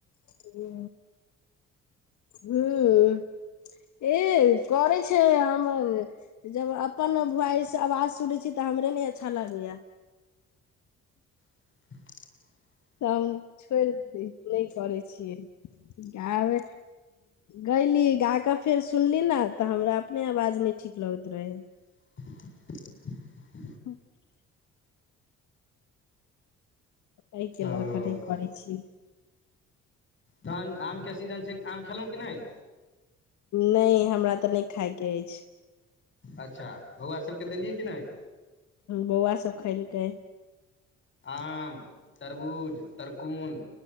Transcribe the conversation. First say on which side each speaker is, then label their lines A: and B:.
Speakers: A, on the left (about 70°); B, on the left (about 40°).
A: ह हुम्म ए करे छैय हमर जब अपन भुवाईस आवाज सुनै छीय तऽ हमरे नय अच्छा लगैया
B: <inaudible>
A: त हम छोड़ि नय करै छियै गयली ग कऽ फेर सुनली ने तऽ हमरा अपने आवाज नय ठीक लगैत रहे
B: <inaudible>
A: <inaudible> ने केलक
B: ओ
A: नय करै छि
B: तहन आम के सीजन छैय आम खेलहुँ कि नय
A: नय हमरा तऽ नय खाायके अछि।
B: अच्छा बौआ सबके देलियै कि नय
A: बौआ सब खयलकै
B: आम तरबूज तरकोन